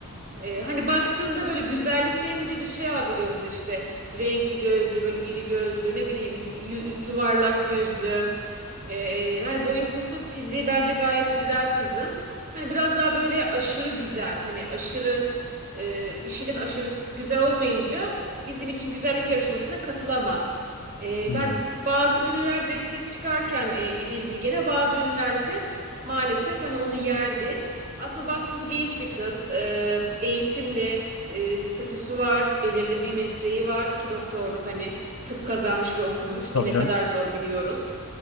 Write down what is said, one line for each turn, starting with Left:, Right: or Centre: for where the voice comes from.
Right: Ee, hani baktığında böyle güzellik denilince bir şey algılıyoruz işte. Renkli gözlü, böyle iri gözlü, ne bileyim yu- yu- yuvarlak yüzlü. Ee, hani boyu posu fiziği bence gayet güzel kızın. Hani biraz daha böyle aşırı güzel hani aşırı e, bir şeyden aşırı s- güzel olmayınca bizim için güzellik yarışmasına katılamaz. Ee,
Left: Hmm.
Right: ben bazı ünlüler destek çıkarken e, İdil Bilgen'e bazı ünlüler ise maalesef hani onu yerdi. Aslında baktığında genç bir kız, e, eğitimli, e, statüsü var, belirli bir mesleği var ki doktorluk hani tıp kazanmış ve okumuş ki
Left: Tabii
Right: ne
Left: canım.
Right: kadar zor biliyoruz.